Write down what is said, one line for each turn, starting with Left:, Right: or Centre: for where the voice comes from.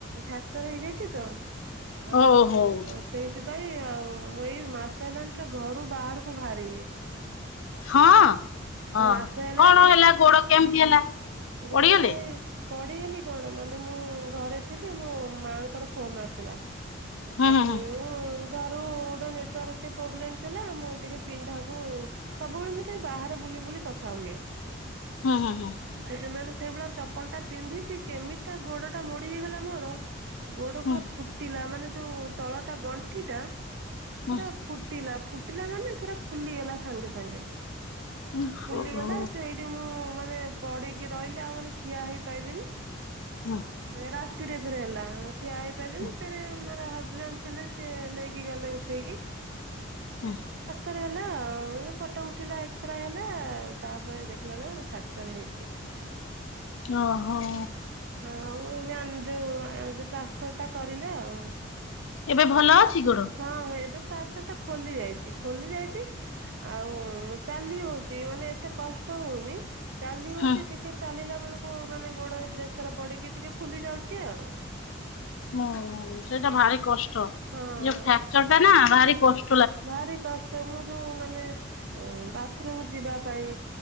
Right: ଫ୍ରାକ୍ଚର ହେଇଯାଇଚି ତ! ଆଉ-ଉଁ,
Left: ଓ ହଉ
Right: ସେଇଥିପାଇଁ ଆଉ, ମୁଁ ଏଇ ମାସେ ହେଲାଣି ଠୁ ଘରୁ ବାହାରକୁ ବାହାରିନି।
Left: ହଁ, ହ
Right: ମାସେ ହେଲାଣି
Left: କଣ ହେଲା, ଗୋଡ କେମତି ହେଲା?
Right: ଗୋଡ
Left: ପଡିଗଲେ?
Right: ଟା ଏଇ ପଡିଗଲି କଣ! ମାନେ ମୁଁ ଘରେ ଥିଲି ମୋ ମାଁ ଙ୍କର ଫୋନ୍ ଆସିଲା।
Left: ହୁଁ
Right: ଆଉ ମୁଁ-ଉଁ,
Left: ହୁଁ
Right: ଘରୁ ଗୋଟେ ନେଟୱାର୍କ ଟିକେ ପ୍ରୋବ୍ଲେମ୍ ଥିଲା, ମୁଁ ଟିକେ ପିଣ୍ଢାକୁ ସବୁବେଳେ ମୁଁ ତ ଏଇ ବାହାର ବୁଲି ବୁଲି କଥା ହୁଏ।
Left: ହୁଁ ହୁଁ ହୁଁ।
Right: ସେଦିନ ବି ସେଇଭଳିଆ ଚପଲ ଟା ପିନ୍ଧିଛି, କେମିତିଟା ଗୋଡ ଟା ମୋଡି ହେଇଗଲା ମୋର। ଗୋଡ
Left: ହୁଁ
Right: ପୁରା ଫୁଟିଲା, ମାନେ ଯୋଉ ତଳ ଟା ଗଣ୍ଠି ଟା
Left: ହୁଁ
Right: ପୁରା ଫୁଟିଲା। ଫୁ ଟିଲା ମାନେ, ପୁରା ଫୁଲିଗଲା ସାଙ୍ଗେ ସାଙ୍ଗେ,
Left: ହୁଁ ହୁଁ
Right: ଫୁଲିଗଲା
Left: ହୁଁ ଓହୋ।
Right: ସେଇଠି ମୁଁ ମାନେ, ପଡି କି ରହିଲି ଆଉ ମାନେ, ଠିଆ ହେଇପାଇଲିିନି।
Left: ହଁ।
Right: ରାତିରେ ଫେରେ ହେଲାଁ। ଠିଆ ହେଇପାଇଲିନି
Left: ହୁଁ
Right: ଫେରେ ମାନେ ହଜ୍ ହଜ୍ ବେଣ୍ଡ ଥିଲେ, ସିଏ ନେଇକି ଗଲେ ଉଠେଇକି।
Left: ହୁଁ
Right: ଟର ହେଲା-ଆଁ, ଫଟୋ ଉଠିଲା ଏକ୍ସାରେ ହେଲା-ଆ, ତା'ପରେ ଦେଖିଲା ବେଳକୁ ଫ୍ରାକ୍ଚର ହେଇ ଛି।
Left: ଓ, ହଁ।
Right: ହଉ, ଏବେ ଆନ୍ ଯୋଉ, ଯୋଉ ପ୍ଲାଷ୍ଟର ଟା କରିଲେ ଆଉଁ।
Left: ଏବେ ଭଲ ଅଛି ଗୋଡ଼?
Right: ହଁଁ, ଏବେ ପ୍ଲାଷ୍ଟରଟା ଖୋଲି ଯାଇଛି, ଖୋଲି ଯାଇଛି। ଆଉଁ, ଚାଲି ହଉଛି, ମାନେ ଏତେ କଷ୍ଟ ହଉନି। ଚାଲି ହଉଛି
Left: ହୁଁ
Right: ଟିକ୍ ଟିକେ ଚାଲିଲା ବେଳକୁ, ମାନେ ଗୋଡ଼ରେ ପ୍ରେସର୍ ପଡ଼ିକି ଟିକେ ଫୁଲି ଯାଉଛି ଆଉ।
Left: ହୁଁ, ସେଇଟା ଭାରି କଷ୍ଟ।
Right: ହଁ
Left: ଇଏ
Right: ହଁ
Left: ଫ୍ରାକ୍ଚର ଟା ନା ଭାରି କଷ୍
Right: ଭାରି କଷ୍ଟ, ମୁଁ ଯୋଉ ମାନେ ବାଥରୁମ୍ ଯିବା ପାଇଁ।